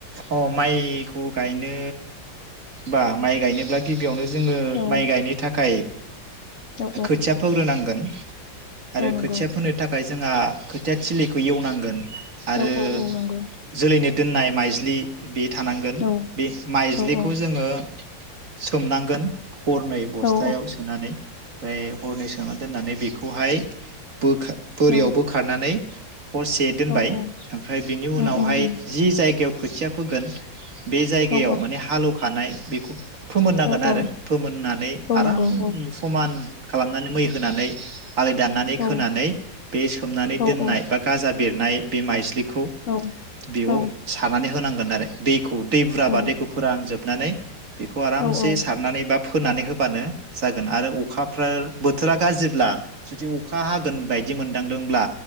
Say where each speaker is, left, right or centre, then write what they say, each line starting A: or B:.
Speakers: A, on the right; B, on the left.
A: अ माइखौ गायनो बा माइ गायनोब्ला गिबियावनो जोङो
B: औ
A: माइ गायनो थाखाय
B: औ
A: खोथिया फोग्रोनांगोन। आरो
B: औ नंगौ
A: खोथिया फोनो थाखाय जोंहा खोथिया थिलिखौ एवनांगोन। आरो
B: औ औ औ नंगौ
A: जोलैनो दोननाय माइज्लि बे थानांगोन
B: औ
A: बे माइज्लिखौ
B: औ औ
A: जोङो सोमनांगोन। हरनै बस्थायाव
B: औ
A: सोनानै ओमफ्राय हरनै सोना दोननानै बे बेखौहाय बोखा बोरियाव
B: औ
A: बोखारनानै <inaudible> हरसे दोनबाय
B: औ औ
A: ओमफ्राय बिनि
B: उम
A: उनावहाय
B: उम उम
A: जि जायग खोथिया फोगोन बे जायगायाव
B: औ
A: माने हालेवखानाय बेखौ फोमोननांगोन
B: औ
A: आरो
B: औ
A: फोमोननानै
B: औ
A: आराम
B: नंगौ औ
A: समान खालामनानै मै होनानै आलि दाननानै
B: औ
A: खोनानै बे सोमनानै
B: औ
A: दोननाय
B: औ
A: बा गाजा बेरनाय बे माइस्लि खौ
B: औ
A: बेयाव
B: औ
A: सारनानै होनांगोन आरो दैखौ। दै बुरजाबा
B: औ
A: दैखौ फोरानजोब नानै बेखौ आरामसे
B: औ औ
A: सारनानै बा फोनानै होबानो जागोन आरो अखाफ्राबो बोथोरा गाज्रिब्ला जुदि अखा हागोन बायदि मोनदांदोंब्ला